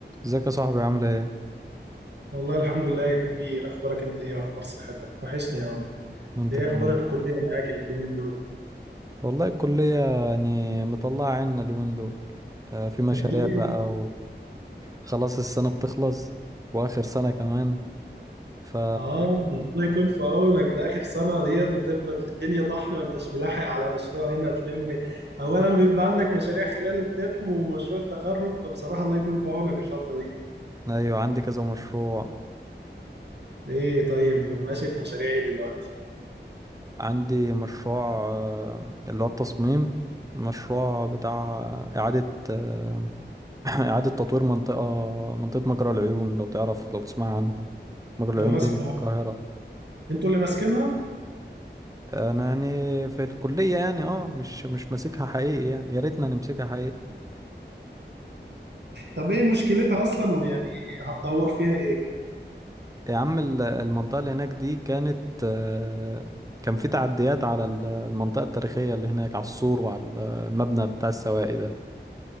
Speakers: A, on the right; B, on the right.
A: ازيك يا صاحبي عامل ايه؟
B: والله الحمد لله يا كبير اخبارك انت ايه واخبار صحتك وحشني يا عم
A: وانت
B: ايه
A: كمان
B: اخبار الكليه معاك اليومين دول
A: والله الكلية يعني مطلعة عنا اليومين دول آه، في مشاريع
B: <laughs> ليه
A: بقى وخلاص السنة بتخلص وآخر سنة كمان ف
B: اه الله يكون في عونك ده اخر سنه ديت بتبقى الدنيا طحن ما انتش ملاحق على مشروع هنا تلم اولا بيبقى عندك مشاريع خلال الترم ومشروع التخرج فبصراحه الله يكون في عونك الفتره دي
A: ايوه عندي كذا مشروع
B: ايه طيب ماشي في مشاريع ايه دلوقتي
A: عندي مشروع آه، اللي هو التصميم مشروع بتاع إعادة آه، <coughs> <clears throat> إعادة تطوير منطقة منطقة مجرى العيون لو تعرف لو تسمع عنها مجرى العيون
B: انا اسمع
A: دي في القاهرة
B: انتوا اللي ماسكينها
A: انا يعني في الكليه يعني اه مش مش ماسكها حقيقي يعني يا ريتنا نمسكها حقيقي
B: طب ايه مشكلتها اصلا ويعني هتطور فيها ايه
A: يا عم ال- المنطقه اللي هناك دي كانت آه، كان في تعديات على ال- المنطقه التاريخيه اللي هناك على السور وعلى ال- المبنى بتاع السواقي ده